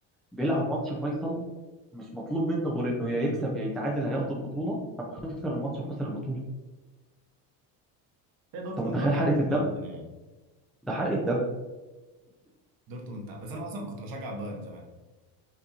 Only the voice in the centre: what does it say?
بيلعب ماتش فيصل مش مطلوب منه غير انه يا يكسب يا يتعادل هياخد البطوله قام خسر الماتش وخسر البطوله
انت متخيل
حرقة الدم؟
ده حرقة دم